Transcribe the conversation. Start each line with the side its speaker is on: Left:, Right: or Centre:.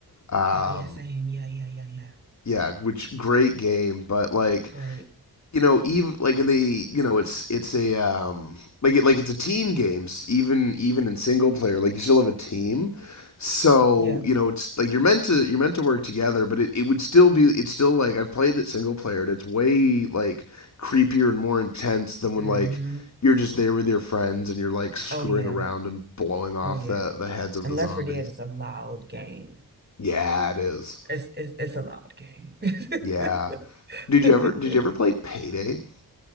Left: Um
Right: Oh yeah, same. Yeah, yeah, yeah, yeah.
Left: yeah, which great game, but like
Right: Great.
Left: you know, even like in the you know, it's it's a um like it like it's a team games even even in single player, like you still have a team. So,
Right: Yeah.
Left: you know, it's like you're meant to you're meant to work together, but it, it would still be it's still like I've played it single player and it's way like creepier and more intense than when
Right: Mm-hmm.
Left: like you're just there with your friends and you're like screwing
Right: Oh yeah.
Left: around and blowing off
Right: Oh yeah.
Left: the the heads of
Right: And
Left: the
Right: Left
Left: zombies.
Right: 4 Dead is a loud game.
Left: Yeah, it is.
Right: It's it's it's a loud game. <laughs>
Left: Yeah. Did you ever did you ever play Payday?